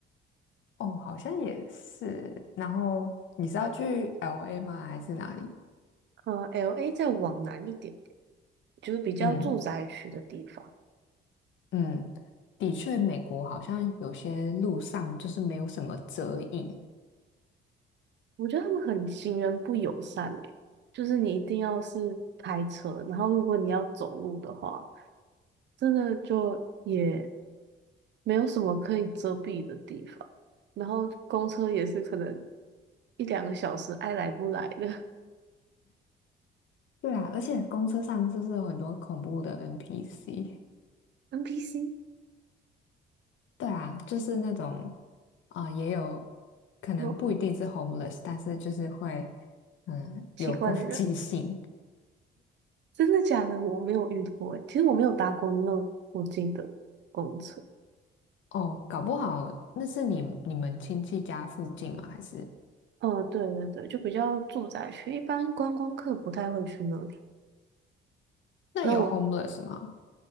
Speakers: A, on the left (about 75°); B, on the right (about 65°).
A: <laughs> 哦，好像也是。然后你是要去 LA 吗？还是哪里？
B: 呃，LA 再往南一点点，就是比较住宅区的地方，
A: 嗯。嗯，的确，美国好像有些路上就是没有什么遮影。
B: 我觉得他们很行人不友善诶、就是你一定要是开车，然后如果你要走路的话，真的就也没有什么可以遮蔽的地方，然后公车也是可能一两个小时爱来不来的
A: 对啊，而且公车上是不是有很多恐怖的 NPC？
B: <laughs> NPC，
A: <laughs> 对啊，就是那种啊、也有可能不一定是
B: 有
A: homeless，但是就是会嗯有攻击性
B: 奇怪的人，真的假的？我没有遇过诶、其实我没有搭过那我近的公车。
A: 哦。搞不好那是你你们亲戚家附近吗？还是
B: 嗯，对对对，就比较住宅区，一般观光客不太会去那里。
A: 那有
B: 那我
A: homeless 吗？